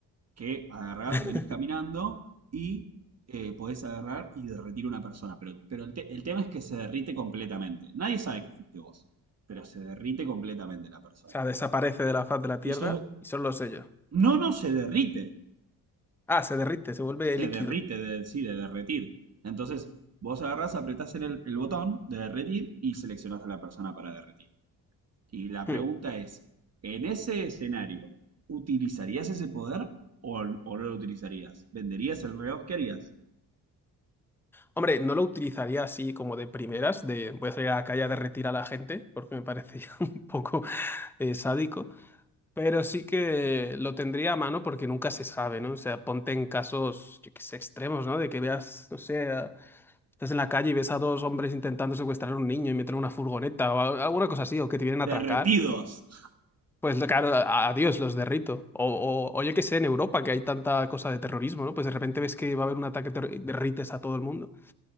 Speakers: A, on the right; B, in the centre.
A: que agarrás,
B: <laughs>
A: venís caminando y eh, podés agarrar y derretir una persona, pero, pero el, te- el tema es que se derrite completamente. Nadie sabe que fuiste vos, pero se derrite completamente la persona
B: O sea, desaparece de la faz de la Tierra
A: y sos...
B: y son los sellos.
A: No, no, se derrite.
B: Ah, se derrite, se vuelve
A: Se
B: líquido.
A: derrite, de, sí, de derretir. Entonces, vos agarrás, apretás en el, el botón de derretir y seleccionás a la persona para derretir. Y la pregunta
B: Hmm.
A: es, en ese escenario, ¿utilizarías ese poder o, o no lo utilizarías? ¿Venderías el reloj? ¿Qué harías?
B: Hombre, no lo utilizaría así como de primeras, de voy a salir a la calle a derretir a la gente, porque me parece ya <laughs> un poco eh, sádico, pero sí que lo tendría a mano porque nunca se sabe, ¿no? O sea, ponte en casos, yo qué sé, extremos, ¿no? De que veas, no sé, Estás en la calle y ves a dos hombres intentando secuestrar a un niño y meter en una furgoneta o a- alguna cosa así, o que te vienen a
A: Derretidos.
B: atracar.
A: <laughs>
B: Pues claro, a- adiós, los derrito. O, o, o yo qué sé, en Europa, que hay tanta cosa de terrorismo, ¿no? Pues de repente ves que va a haber un ataque terro- y derrites a todo el mundo.